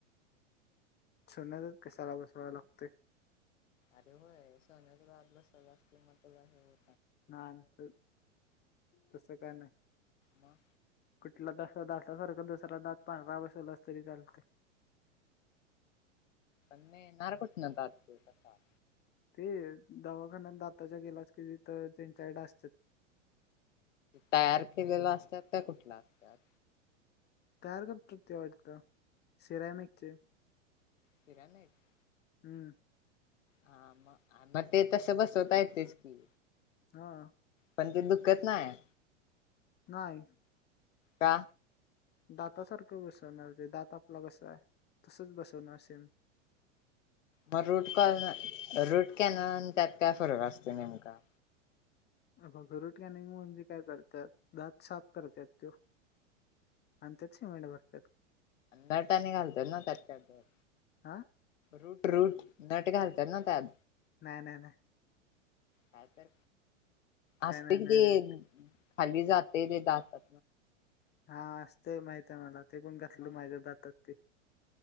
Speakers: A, on the left (about 25°); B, on the left (about 80°).
A: सोन्याचा दात कशाला बसवा लागते.
B: अरे होय सोन्याचा दात बसवायचा जास्त म आहे हो.
A: ना तर तस काय नाही
B: मग
A: कुठलं तर दातसारख दुसरा दात पांढरा बसवलास तरी चालते.
B: नाही तूट आर दात तु सारखा.
A: ते दवाखान्यात दाताच्या गेलाच कली तर त्यांच्या कडे असतात.
B: तयार केलेला असतात का कुठला असतात.
A: तयार कप कती आवटतं सिरायमेकचे.
B: सिरयामिसक.
A: हम्म.
B: हा मग मग ते तसं बसवता येतच की.
A: हा.
B: पण ते दुःखत नाही.
A: नाहीय.
B: का?
A: दात सारखं बसवणार ते दात आपला कसा आहे तसच बसवणार सेम.
B: मग रूट कॉलन रूट कॅन त्यात काय फरक असते नेमका?
A: बघ रुटकॅनीग म्हणजे काय करतात. दात साफ करतात त आणि त्यात शिमट भरतात.
B: नटाने घालतात ना त्याच्यात काही
A: हा
B: रुट फ्रूट नट घालतात ना त्यात.
A: नाही नाही नाही.
B: काय तर
A: काय
B: असते
A: नाही
B: की
A: नाही
B: खाली जाते ते दातात
A: हा असतय माहित आहे मला ते पण घातलं
B: मग
A: माझ्या दातात ते